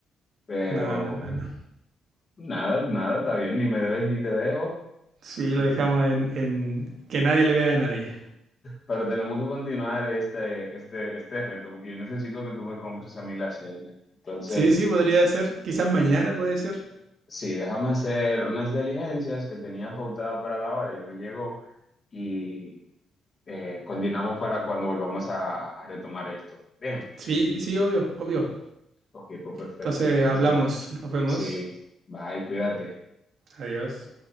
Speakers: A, on the left; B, on the right.
A: pero
B: No, no, no, no.
A: nada, nada, está bien, ni me debes ni te debo.
B: Sí,
A: <laughs>
B: lo dejamos en, en que nadie le debe a nadie.
A: Pero tenemos que continuar este, este, este reto, porque yo necesito que tú me compres a mí la cena. Entonces,
B: Sí, sí, podría ser. Quizás mañana puede ser.
A: sí, déjame hacer unas diligencias que tenía pautada para la hora, ya me llegó. y eh, coordinamos para cuando volvamos a, a retomar esto. Bien,
B: Sí, sí, obvio, obvio.
A: ok, pues perfecto.
B: Entonces
A: Entonces,
B: hablamos, nos vemos.
A: sí, bye, cuídate.
B: Adiós.